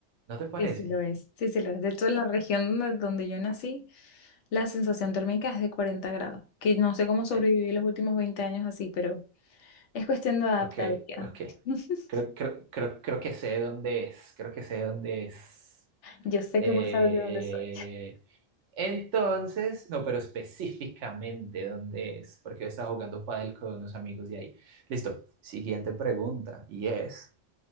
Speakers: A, on the right; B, on the left.
A: ¿No te parece?
B: Sí, sí lo es. Sí, sí, lo es. De hecho, en la región donde, donde yo nací, la sensación térmica es de 40 grados, que no sé cómo sobreviví
A: Eh,
B: los últimos 20 años así, pero es cuestión de adaptabilidad.
A: ok, ok.
B: <laughs>
A: Creo, creo, creo, creo que sé dónde es. Creo que sé dónde es.
B: Yo sé
A: Eh,
B: que vos sabes de dónde soy.
A: entonces, no, pero específicamente dónde es, porque yo estaba jugando pádel con unos amigos de ahí. Listo, siguiente pregunta, y es,